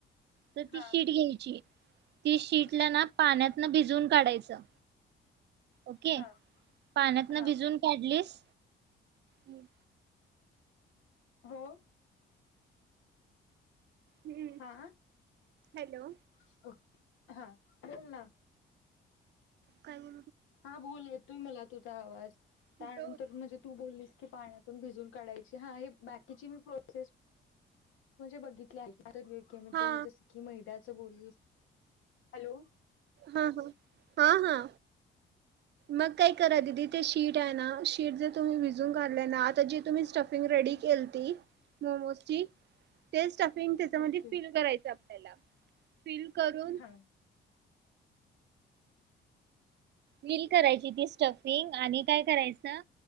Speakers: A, on the right; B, on the left.
A: तर
B: हा
A: ती शीट घ्यायची ती शिटला ना पाण्यात भिजून काढायचं ओके
B: हा
A: पाण्यात ना
B: हा
A: भिजून काढलीस हम्
B: हो
A: हम्म
B: हा
A: हॅलो
B: ओके हा तम ना
A: काही
B: हा बोल येतोय मला. तुझा आवाज
A: कुठं
B: त्यानंतर म्हणजे तू बोलीस की पाण्यातून भिजून काढायची हा ही बाकीची मी प्रोसेस म्हणजे बघितली आहे <inaudible> म्हणजे
A: हा
B: जसं की मैदा <inaudible> हॅलो
A: हा ह हा हा मग काय करा दिदी ते शीट आहे ना शीट जे तुम्ही भिजून काढलंय ना आता जी तुम्ही स्टफिंग रेडी केलती मोमोजची तेच स्टफिंग त्याच्यामधी
B: ओके
A: फिल करायची आपल्याला. फिल करून
B: हा
A: फिल करायची ती स्टफिंग आणि काय करायचं